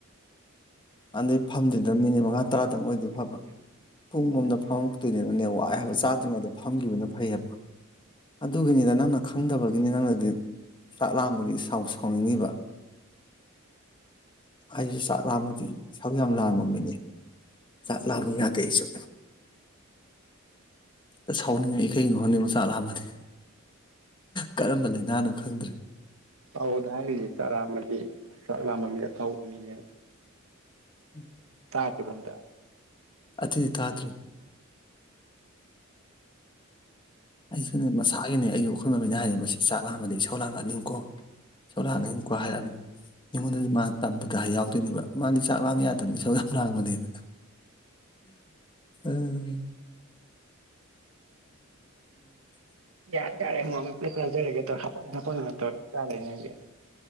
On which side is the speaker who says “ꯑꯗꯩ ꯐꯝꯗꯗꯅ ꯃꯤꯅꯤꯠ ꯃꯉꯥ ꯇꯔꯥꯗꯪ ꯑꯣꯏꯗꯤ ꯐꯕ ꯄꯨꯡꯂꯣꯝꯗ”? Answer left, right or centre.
Left